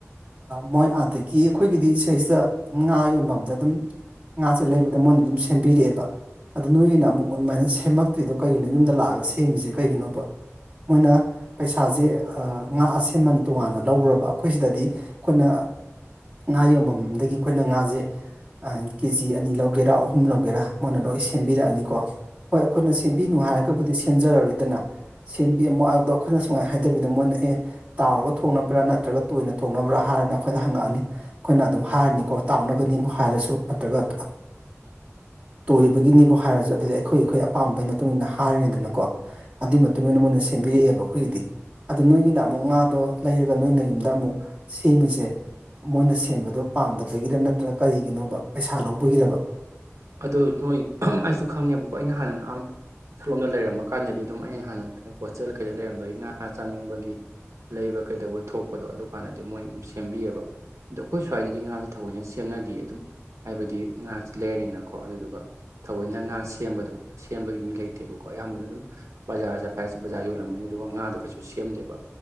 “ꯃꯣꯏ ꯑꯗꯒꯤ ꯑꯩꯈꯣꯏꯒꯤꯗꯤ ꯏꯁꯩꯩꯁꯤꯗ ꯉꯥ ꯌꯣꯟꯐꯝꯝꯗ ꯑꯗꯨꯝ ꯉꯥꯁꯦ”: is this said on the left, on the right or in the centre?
Right